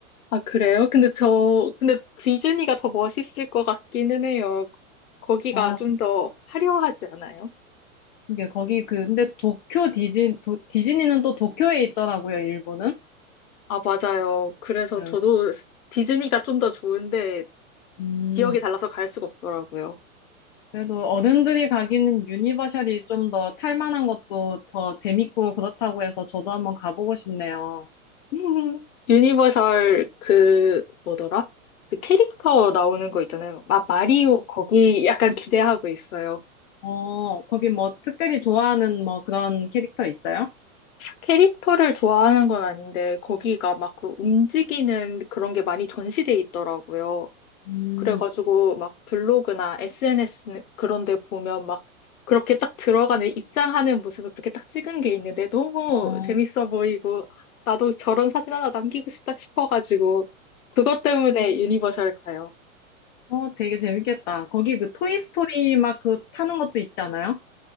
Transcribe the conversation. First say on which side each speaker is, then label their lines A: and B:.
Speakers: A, on the left (about 75°); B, on the left (about 40°).
A: 아, 그래요? 근데 저, 근데 디즈니가 더 멋있을 것 같기는 해요. 거기가
B: 아,
A: 좀 더 화려하지 않아요?
B: 그게 거기 그, 근데 도쿄 디즈니, 도, 디즈니는 또 도쿄에 있더라고요, 일본은.
A: 아, 맞아요. 그래서
B: 네.
A: 저도 디즈니가 좀 더 좋은데
B: 음,
A: 지역이 달라서 갈 수가 없더라고요.
B: 그래도 어른들이 가기는 유니버셜이 좀 더 탈만한 것도 더 재밌고 그렇다고 해서 저도 한번 가보고 싶네요.
A: 음. 유니버설 그 뭐더라? 그 캐릭터 나오는 거 있잖아요. 마, 마리오 거기 약간 기대하고 있어요.
B: 어, 거기 뭐 특별히 좋아하는 뭐 그런 캐릭터 있어요?
A: 캐릭터를 좋아하는 건 아닌데 거기가 막 그 움직이는 그런 게 많이 전시돼 있더라고요.
B: 음,
A: 그래가지고 막 블로그나 SNS 그런 데 보면 막 그렇게 딱 들어가는 입장하는 모습을 그렇게 딱 찍은 게 있는데 너무
B: 아,
A: 재밌어 보이고 아, 나도 저런 사진 하나 남기고 싶다 싶어가지고 그것 때문에 유니버설 가요.
B: 어, 되게 재밌겠다. 거기 그 토이스토리 막 그 타는 것도 있지 않아요?